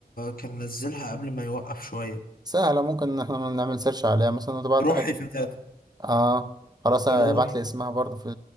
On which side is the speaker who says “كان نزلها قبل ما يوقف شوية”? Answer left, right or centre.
Left